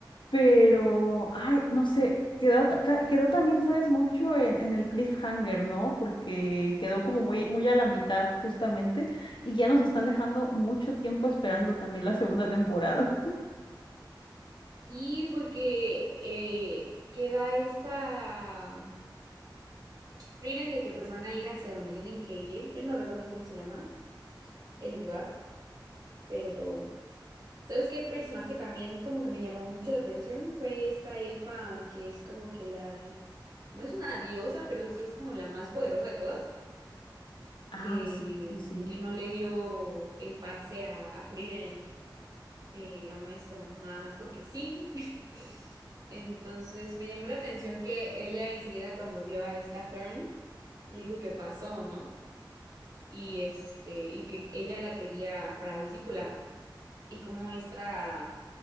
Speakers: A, on the left (about 85°); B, on the right (about 50°).
A: Pero, ay, no sé, quedó, ta- ca- quedó también, sabes, mucho en, en el cliffhanger, ¿no? Porque quedó como muy, muy a la mitad justamente y ya nos están dejando mucho tiempo esperando también la segunda temporada.
B: sí porque eh, queda esta Frieren de que pues van a ir hacia donde tienen que ir. Ya no recuerdo cómo se llama el lugar, pero ¿Sabes qué personaje también como que me llamó mucho la atención? Fue esta elfa que es como que la, no es una diosa, pero sí es como la más poderosa de todas,
A: Ah,
B: que,
A: sí, sí, sí.
B: que no le dio el pase a, a Frieren, eh, Gran Maestro, nada más porque sí. <laughs> Entonces me llamó la atención que ella enseguida cuando vio a esta Fern, le dijo que pasó, ¿no? Y este, y que ella la quería para discípula. Y como esta